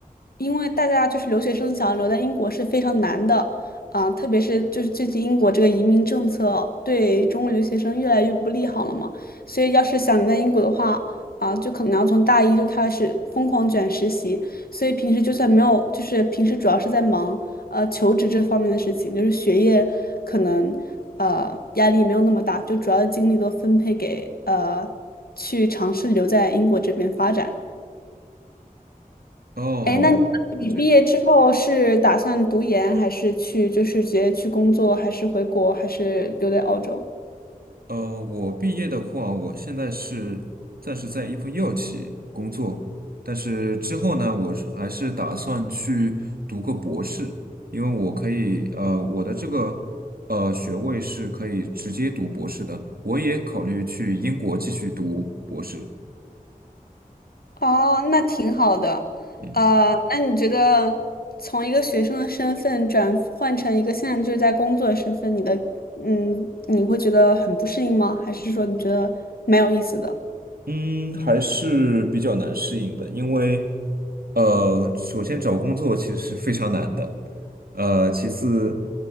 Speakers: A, on the left; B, on the right.
A: 因为大家就是留学生想留在英国是非常难的，啊、特别是就是最近英国这个移民政策对中国留学生越来越不利好了嘛，所以要是想留在英国的话，啊、就可能要从大一就开始疯狂卷实习，所以平时就算没有，就是平时主要是在忙。呃求职这方面的事情，就是学业可能呃压力没有那么大，就主要的精力都分配给呃去尝试留在英国这边发展。
B: 哦，
A: 哎，那你你毕业之后是打算读研，
B: 就这样。
A: 还是去就是直接去工作，还是回国，还是留在澳洲？
B: 呃，我毕业的话，我现在是暂时在一份药企工作，但是之后呢，我是还是打算去读个博士，因为我可以，呃，我的这个呃学位是可以直接读博士的，我也考虑去英国继续读博士。
A: 哦，那挺好的。
B: 嗯。
A: 呃，那你觉得从一个学生的身份转换成一个现在就是在工作的身份，你的嗯，你会觉得很不适应吗？还是说你觉得蛮有意思的？
B: 嗯，还是比较难适应的，因为呃，首先找工作其实是非常难的，呃，其次，